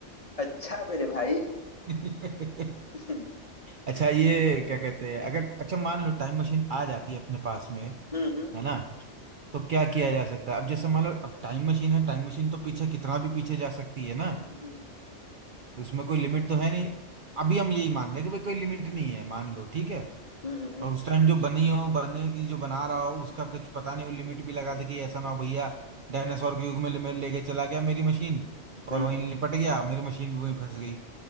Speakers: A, on the left; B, on the right.
A: अच्छा मेरे भाई
B: <laughs>
A: <laughs> हम्म
B: अच्छा ये क्या कहते हैं अगर अच्छा मान लो टाइम मशीन आ जाती है अपने पास में
A: हम्म
B: है ना तो क्या किया जा सकता है अब जैसे मान लो अब टाइम मशीन है टाइम मशीन तो पीछे कितना भी पीछे जा सकती है ना
A: हम्म
B: तो उसमें कोई लिमिट तो है नहीं अभी हम यही मान रहे हैं कि भाई कोई लिमिट नहीं है मान लो ठीक है
A: हम्म हम्म हम्म हम्म
B: और उस टाइम जो बनी हो बनेगी जो बना रहा हो उसका कुछ पता नहीं वो लिमिट भी लगा दे कि ऐसा ना हो भैया डायनासोर के युग में ले लेके चला गया मेरी मशीन और
A: हम्म
B: वहीं
A: हम्म,
B: निपट गया मेरी मशीन भी वहीं फंस गई